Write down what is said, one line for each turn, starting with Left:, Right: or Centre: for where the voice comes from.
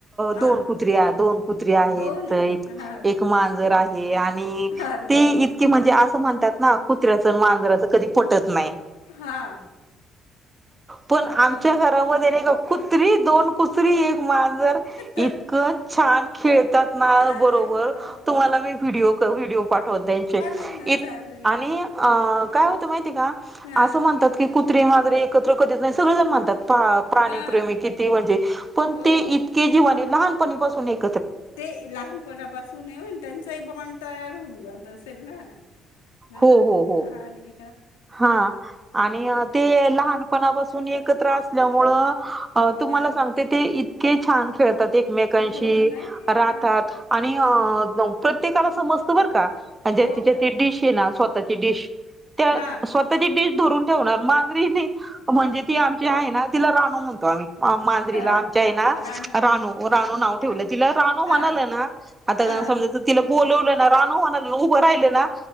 Left: हा
Right: दोन. कुत्री दोन कुत्री आहेत
Left: दोन आहे हा अरे
Right: एक
Left: बापरे
Right: मांजर आहे आणि
Left: अरे
Right: ते
Left: बापरे
Right: इतके म्हणजे ते असं म्हणतात ना कुत्र्याचं मांजराचं कधी पटत नाही.
Left: हा...
Right: पण
Left: ह
Right: आमच्या
Left: तर मग
Right: घरामध्ये कुत्री दोन कुत्री एक मांजर
Left: तर
Right: इ छान खेळतात ना
Left: अरे
Right: बरोबर
Left: वा
Right: तुम्हाला मी व्हिडओ व्हिडिओ पाठवते त्यांचे
Left: <inaudible>
Right: इत आणि अ काय होतं माहिती का
Left: हां
Right: असं म्हणतात की कुत्रे माजरे एकत्र कधीच नाही सगळे जण म्हणतात. प्राणीप्रेमी
Left: हां
Right: किती म्हणजे पण
Left: हो
Right: ते इतके जीवाने लहानपणी पासून एक
Left: ते लहानपणापासून येऊन त्यांचाही बॉन्ड तयार होऊन जात असेल ना हा
Right: हो हो हो
Left: आनी
Right: हा आणि ते लहानपणापासून एकत्र मुळे तुम्हाला
Left: हां
Right: सांगते ते इतके छान खेळतात. एकमेकांशी
Left: हो ना हां
Right: राहतात आणि अं... प्रत्येकाला समजत बर का. म्हणजे
Left: हो
Right: तिथे
Left: का
Right: ती डिश ये ना स्वतःची डिश त्या
Left: हां
Right: स्वतःची डिश धरून- ठेवणार मांजरी नाही म्हणजे ती आमची आहे ना तिला रानु म्हणतो आम्ही मांजरीला
Left: हां
Right: आमच्या आहे ना
Left: राणू
Right: रानू रानू नाव ठेवलं.
Left: हां
Right: तिला राणू म्हणाले
Left: हां
Right: ना आता
Left: हां
Right: समजायचं तिला बोलावलं रानू म्ह उभं राहिले ना